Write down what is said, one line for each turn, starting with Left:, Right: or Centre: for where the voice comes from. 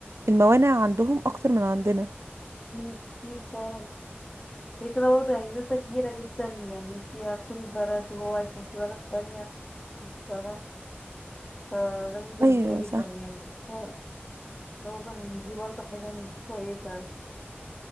Right: الموانع عندهم اكتر من عندنا
Left: مم، أكيد فعلا هي كده برضه يعني نسبة كبيرة جدا يعني انتي هتكوني في بلد وهو هيكون في بلد تانية فاهمة فده نسبة
Right: ايوه
Left: كبيرة جدا
Right: صح
Left: يعني ف- برضه إن دي برضه حاجة مش كويسة